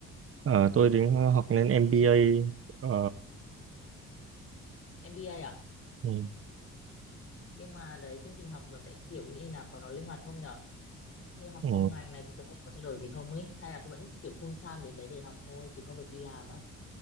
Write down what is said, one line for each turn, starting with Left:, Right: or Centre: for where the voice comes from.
Right: Ờ, tôi đến học lên MBA. Ờ,
Left: MBA à
Right: ừ,
Left: nhưng mà đấy chương trình học nó sẽ kiểu như là có nó linh hoạt không nhở như học
Right: ừ.
Left: xong ngành này thì thực hay có trao đổi gì không ấy hay là vẫn kiểu full time đến đấy để học thôi chứ không được đi làm á